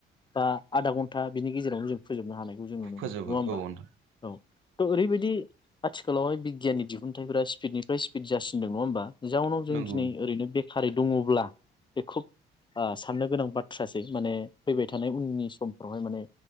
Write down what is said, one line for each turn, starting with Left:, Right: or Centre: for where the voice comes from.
Left: बा आधा घन्टा बिनि गेजेरावनो जों फोजोबनो हानाय जों नुनो
Right: फोजोबो
Left: मोनो नङा होमबा
Right: औ नोंथां
Left: औ त' ओरैबायदि आथिखालावहाय बिगियाननि दिहुनथायफोरा स्पिडनिफ्राय स्पिड जासिनदों नङा होमबा जाउनाव जों
Right: नंगौ
Left: दिनै ओरैनो बे खारै दङब्ला बे खुब ओ साननो गोनां बा थ्रासै माने फैबाय थानाय उननि समफ्रावहाय माने